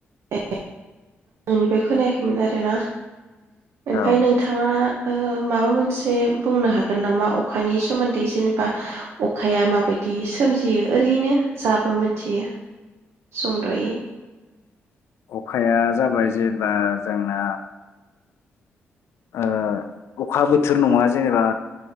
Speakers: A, on the right; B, on the left.
A: ए आंनिफ्राय खोनायाखैमोन आरोना ओमफ्राय
B: औ
A: नोंथाङा ओ माबा मोनसे बुंनो हागोन नामा अखानि सोमोन्दै जेनेबा अखाया माबायदि सोमजियो ओरैनो जाबो मोनथियो। सुंद'यै
B: अखाया जाबाय जेनेबा जोंना ओ अखा बोथोर नङा जेनेबा